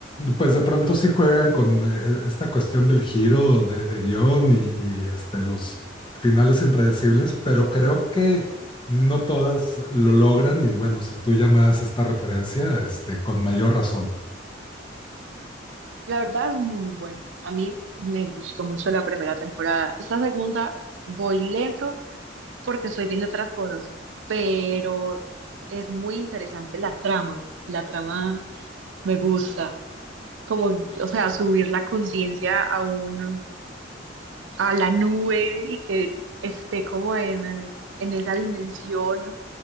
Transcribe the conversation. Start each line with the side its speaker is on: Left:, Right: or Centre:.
Left: Pues de pronto sí juegan con eh, esta cuestión del giro de, de guión y, y, este, los finales impredecibles, pero creo que no todas lo logran y bueno, si tú ya esta referencia, este, con mayor razón.
Right: La verdad es muy bueno. A mí me gustó mucho la primera temporada. Esta segunda voy lento porque estoy viendo otras cosas, pero es muy interesante la trama. La trama me gusta. Como, o sea, subir la conciencia a un a la nube y que esté como en, en esa dimensión